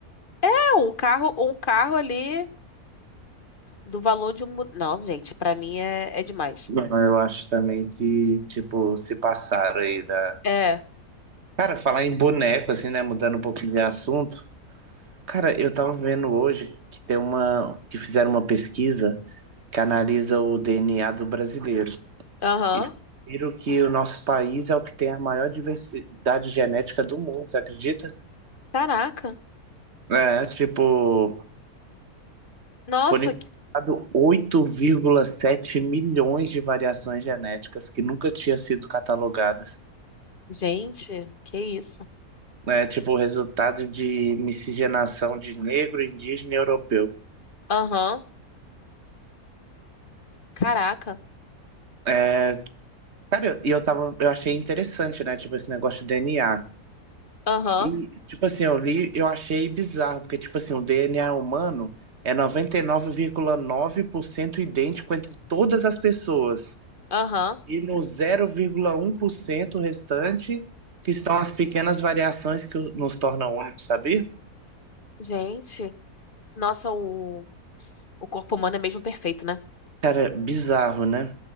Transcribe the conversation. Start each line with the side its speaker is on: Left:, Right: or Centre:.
Left: É, um carro, um carro ali do valor de um. bo- Não, gente, pra mim é, é demais.
Right: Eu acho também que, tipo, se passaram aí da.
Left: É.
Right: Cara, falar em boneco, assim, né? Mudando um pouquinho de assunto. Cara, eu tava vendo hoje que tem uma. que fizeram uma pesquisa que analisa o DNA do brasileiro.
Left: Aham.
Right: E viram que o nosso país é o que tem a maior diversidade genética do mundo, você acredita?
Left: Caraca.
Right: É, tipo,
Left: Nossa,
Right: Por enquanto,
Left: que-
Right: oito vírgula sete milhões de variações genéticas que nunca tinham sido catalogadas.
Left: gente, que isso.
Right: É, tipo, o resultado de miscigenação de negro, indígena e europeu.
Left: Aham. Caraca.
Right: É, Cara, eu- e eu, tava, eu achei interessante, né? Tipo, esse negócio de DNA.
Left: Aham.
Right: E, tipo assim, eu li, eu achei bizarro, porque, tipo assim, o DNA humano é noventa e nove nove vírgula nove por cento idêntico entre todas as pessoas.
Left: Aham.
Right: E no 0,1% restante, que estão as pequenas variações que nos tornam únicos, sabia?
Left: Gente. Nossa, o, o corpo humano é mesmo perfeito, né?
Right: Cara, bizarro, né?